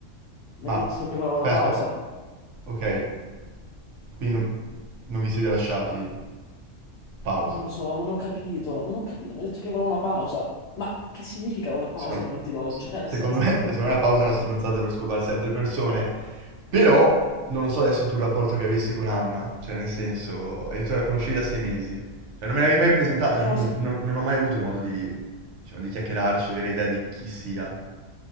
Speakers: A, on the left; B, on the right.
A: Mi
B: Ma,
A: ha detto che voleva
B: aspetta,
A: una pausa.
B: aspetta, ok, qui non, non vi siete lasciati pausa.
A: Non lo so, non ho capito, non ho capito. Mi ha detto che voleva una pausa. Ma che significa una pausa
B: Secondo,
A: ai momenti d'oggi? Cioè, nel
B: secondo
A: senso,
B: me, <laughs> secondo me la pausa è una stronzata per scoparsi altre persone, però non lo so adesso tu il rapporto che avessi con Anna, cioè nel senso, hai detto che la conoscevi da sei mesi, cioè non me l'avevi mai presentata,
A: erano
B: quindi
A: sempre
B: non, non ho mai avuto modo di, diciamo, di chiacchierarci, avere idea di chi sia.